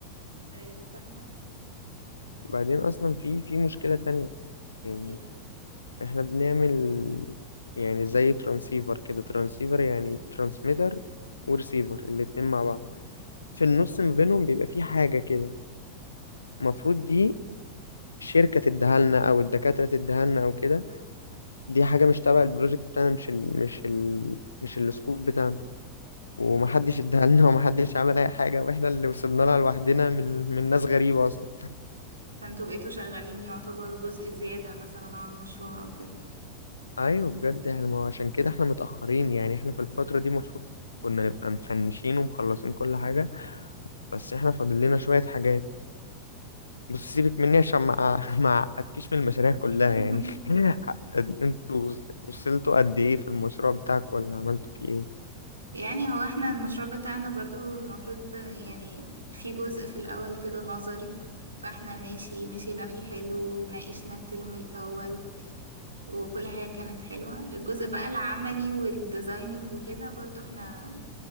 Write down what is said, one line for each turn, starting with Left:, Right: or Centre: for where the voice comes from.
Right: ايوه فاهمة
Left: بعدين اصلا في في مشكلة تانية يعني
Right: ايه
Left: احنا بنعمل يعني زي ترانسيفر كده ترانسيفر يعني ترانسميتر ورسيفر الاتنين مع بعض في النص ما بينهم بيبقى في حاجة كده المفروض دي شركة تديها لنا او الدكاترة تديها لنا او كده دي حاجة مش تبع البروجكت بتاعنا مش ال مش ال مش السكوب بتاعنا ومحدش
Right: مم.
Left: اديها لنا ومحدش عمل اي حاجة واحنا اللي وصلنا لها لوحدنا من من ناس غريبة اصلا
Right: فانتوا بقيتوا شغالين يعتبر جزء زيادة مثلا على المشروع او كده
Left: ايوه بجد احنا ما هو عشان كده احنا متأخرين يعني احنا في الفترة دي المفروض كنا نبقى مفنشين ومخلصين كل حاجة بس احنا فاضل لنا شوية حاجات بص سيبك مني عشان ما <laughs> ما اعقدكش من المشاريع كلها
Right: <laughs>
Left: يعني <laughs> انتوا وصلتوا قد ايه في المشروع بتاعك ولا عملتوا فيه ايه
Right: يعني هو احنا المشروع بتاعنا برضو المفروض ب... يعني في جزء في الأول كده نظري فاحنا ماشي مشينا فيه حلو وناقشنا الترم الأول وكل حاجة كانت حلوة الجزء بقى العملي والديزايننج وكده برضو احنا